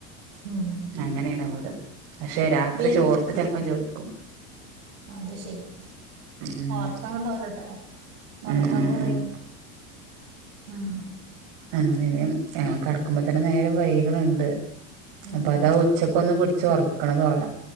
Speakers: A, on the right; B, on the right.
A: ഉം
B: അങ്ങനെയാണ് ഇവള്. പക്ഷെ രാത്രി
A: വലുത്
B: ചോർക്ക്
A: കുടിക്കൂല
B: ചെലപ്പം ചോയിക്കും.
A: അത് ശെരി
B: ഉം
A: ഓർക്കാംണ്ടാവലട്ടോ? വറക്കം
B: ഉം ഉം
A: കുറയും
B: ഉം
A: ഉം
B: അങ്ങനെന് ഞങ്ങൾ കിടക്കുമ്പോ തന്നെ നേരം വൈക്ണ്ണ്ട്
A: ഉം
B: അപ്പൊ അതാ ഉച്ചക്ക് ഒന്ന് പിടിച്ച് ഒർക്ക്ണത് ഒളെ